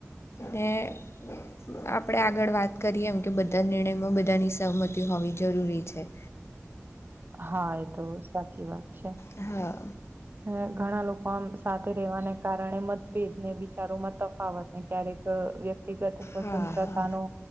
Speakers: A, on the left; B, on the right.
A: ને <unintelligible> આપણે આગળ વાત કરીએ એમ કે બધા નિર્ણયમાં બધાની સહમતી હોવી જરૂરી છે.
B: હા, એ તો સાચી વાત છે.
A: હા,
B: હ ઘણા લોકો આમ સાથે રહેવાને કારણે મતભેદ ને વિચારોમાં તફાવત ક્યારેક વ્યક્તિગત સ્વતંત્રતા
A: હા હા
B: નો